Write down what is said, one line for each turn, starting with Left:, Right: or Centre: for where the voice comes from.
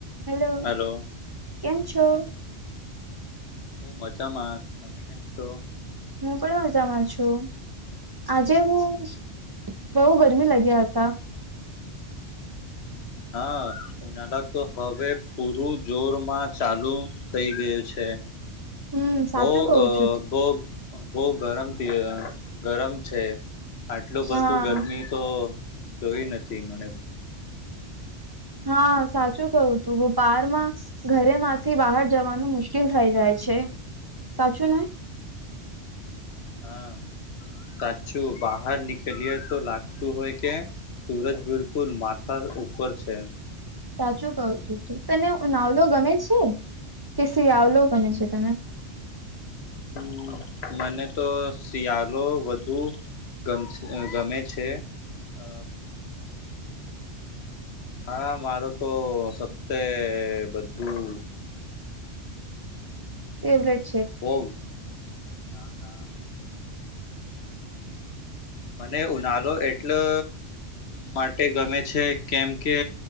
Right: હેલો
Left: હલો
Right: કેમ છો
Left: હું મજામાં તમે કેમ છો
Right: હું પણ મજામાં છું. આજે હું બવ ગરમી લાગ્યા હતા.
Left: હા ઉનાળા તો હવે પૂરું જોર માં ચાલુ થઈ ગયું છે.
Right: હમ સાચું
Left: બો
Right: કવું
Left: અ
Right: છું
Left: બો બો ગરમ થી ગરમ છે આટલું
Right: હા
Left: બધું ગરમી તો જોઈ નથી મને
Right: હા સાચું કવું તું બારમાં ઘરેમાંથી બહાર જવાનું મુશ્કેલ થઈ જાય છે. છે સાચું ને.
Left: હા. કાચું બહાર નીકળએ તો લાગતું હોય કે સુરજ બિલકુલ માથા ઉપર છે.
Right: સાચું કહું છું તને ઉનાવલો ગમે છે કે શિયાવલો? ગમે છે તને.
Left: હમ્મ મને તો શિયાલો વધુ ગમછ ગમે છે અ હા મારું તો સબસે બધું
Right: <unintelligible>
Left: બો ના ના મને ઉનાળો એટલો માટે ગમે છે કેમ કે